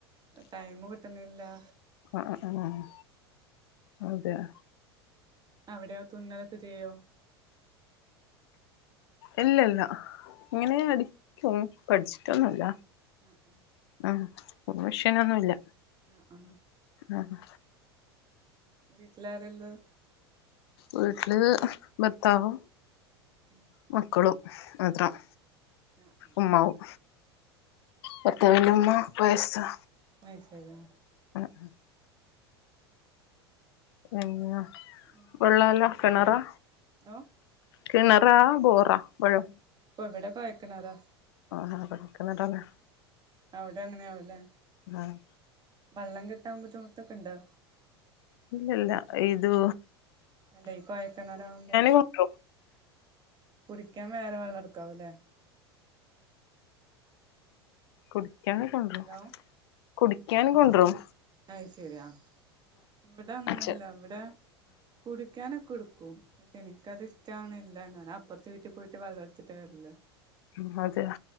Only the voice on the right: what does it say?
ടൈമും കിട്ട്ണില്ലാ
അവിടെയാേ തുന്നലൊക്കെ ചെയ്യോ
ആഹ് ആഹ്
ആഹ് ആഹ്
വീട്ടിലാരാള്ളെ
ഉം
ആ ആ
വെയ്സായ്താ
അങ്ങനെ
ഓ
ഇപ്പം ഇവിടെ കൊഴക്കിണറാ
അവിടെം അങ്ങെനെയാവുല്ലെ
വള്ളം കിട്ടാൻ ബുദ്ധിമുട്ടൊക്കെണ്ടോ
അല്ലേ ഈ കൊഴക്കിണറാവുമ്പോ
കുടിക്കാൻ വേറെ വെള്ളം എട്ക്കാവും ലേ
ഹലോ
അയ്സെരി ആഹ് ഇവ്ടെ അങ്ങെനെല്ലാ
വ്ടേ കുടിക്കാനൊക്കെട്ക്കും പക്ഷെ എനിക്കത് ഇഷ്ടാവ്ണില്ല ഞാന പ്പർത്തെ വീട്ടി പോയിട്ട് വള്ളട്ത്തിട്ട് വര്ലാ